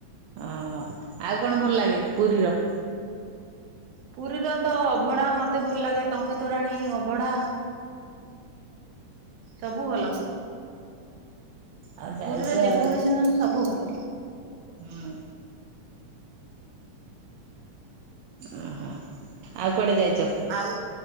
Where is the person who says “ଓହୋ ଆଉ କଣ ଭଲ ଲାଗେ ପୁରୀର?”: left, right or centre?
Right